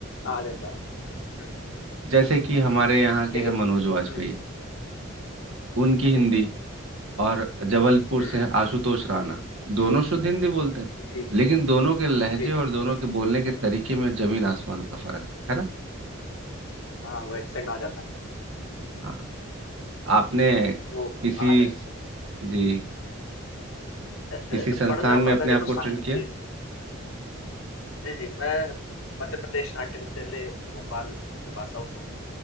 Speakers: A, on the left; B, on the right.
A: आ जाता है हम्म, हम्म।
B: जैसे कि हमारे यहाँ के
A: लेकिन
B: हैं मनोज वाजपेयी
A: हम्म,
B: उनकी
A: जी
B: हिंदी
A: जी
B: और जबलपुर
A: हम्म
B: से है आशुतोष राणा दोनों शुद्ध हिंदी बोलते हैं
A: जी
B: लेकिन दोनों के लहजे
A: जी
B: और
A: जी
B: दोनों के बोलने के तरीके में जमीन आसमान का फर्क है है ना
A: हाँ वो एक्सेंट आ जाता है
B: हाँ आपने
A: वो
B: किसी
A: आ,
B: जी
A: अ-
B: किसी
A: अ-
B: संस्थान
A: पढ़ना
B: में
A: पड़ता
B: अपने
A: है देखो
B: आप को ट्रेन
A: साहित्य
B: किया
A: जी जी मैं मध्य प्रदेश नाट्य विद्यालय भोपाल से पास आउट हूँ